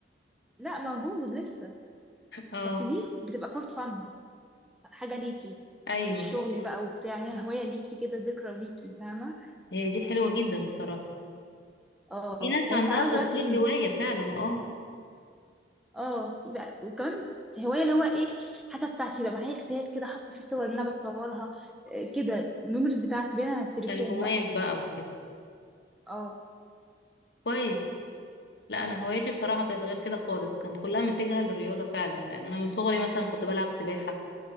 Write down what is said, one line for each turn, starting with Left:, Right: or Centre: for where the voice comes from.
Centre: لا موجود لسه
Left: اه
Centre: بس دي بتبقى فور فن حاجة ليكي
Left: ايوه
Centre: مش شغل بقى وبتاع هي هواية ليكي كده ذكرى ليكي فاهمة
Left: هي دي حلوه جدا بصراحه
Centre: اه
Left: في ناس
Centre: يعني
Left: عندها
Centre: ساعات
Left: التصوير
Centre: دلوقتي م-
Left: هوايه فعلا اه
Centre: اه لا، وكمان هواية اللي هو ايه حاجة بتاعتي بقى معايا كتاب كده حاطة فيه صور اللي انا بتصورها إيه كده الميموريز بتاعتي باينة على التليفون
Left: البومات
Centre: بقى
Left: بقى وكده
Centre: اه
Left: كويس لا انا هوايتي بصراحه كانت غير كده خالص كانت كلها متجهه للرياضه فعلا لان انا من صغري مثلا كنت بلعب سباحه